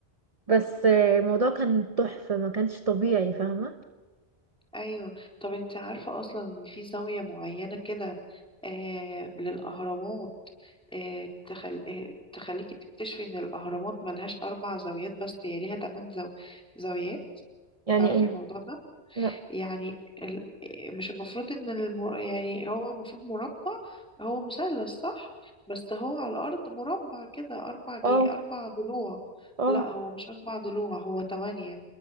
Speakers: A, on the right; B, in the centre.
A: بس آه، الموضوع كان تحفه ما كانش طبيعي فاهمه
B: ايوه طب انت عارفه اصلا ان في زاويه معينه كده آه للاهرامات آه تخل... آه تخليكي تكتشفي ان الاهرامات ملهاش اربع زاويات بس هي ليها تمن زو... زاويات
A: يعني
B: تعرفي
A: ايه
B: الموضوع ده
A: لا
B: يعني ال... آه، مش المفروض ان الم... يعني هو المفروض مربع هو مثلث صح بس هو على الارض مربع كده اربع جي
A: اه
B: اربع ضلوع
A: اه
B: لا هو مش اربع ضلوع هو تمانية